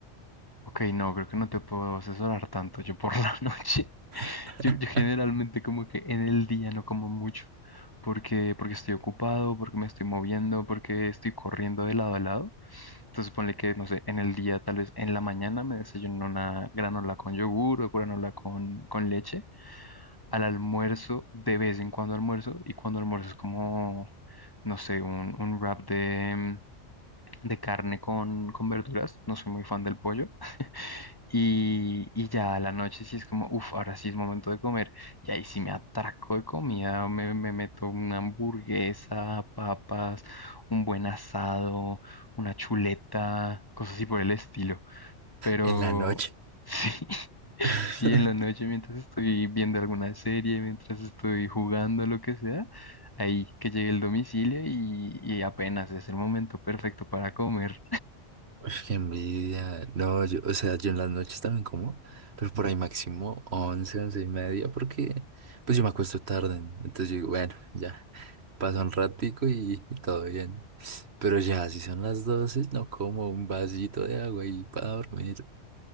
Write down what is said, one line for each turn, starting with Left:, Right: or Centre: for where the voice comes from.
Left: Ok, no, creo que no te puedo asesorar tanto yo por la <laughs> noche.
Right: <laughs>
Left: Yo, yo generalmente como que en el día no como mucho, porque, porque estoy ocupado, porque me estoy moviendo, porque estoy corriendo de lado a lado. Entonces ponle que, no sé, en el día, tal vez en la mañana me desayuno una granola con yogur o granola con, con leche. Al almuerzo, de vez en cuando almuerzo. Y cuando almuerzo es como, no sé, un, un wrap de, de carne con, con verduras. No soy muy fan del pollo. Y, y ya a la noche sí es como, uff, ahora sí es momento de comer. Y ahí sí me atraco de comida. Me, me meto una hamburguesa, papas, un buen asado, una chuleta, cosas así por el estilo. Pero
Right: En la noche.
Left: <laughs> sí,
Right: <laughs>
Left: sí, en la noche mientras estoy viendo alguna serie, mientras estoy jugando, lo que sea, ahí que llegue el domicilio y, y apenas es el momento perfecto para comer.
Right: Uf, qué envidia. No, yo, o sea, yo en las noches también como, pero por ahí máximo once once y media, porque pues yo me acuesto tarde. Entonces yo digo, bueno, ya, pasa un ratico y, y todo bien. Pero ya, si son las 12 no como un vasito de agua y para dormir.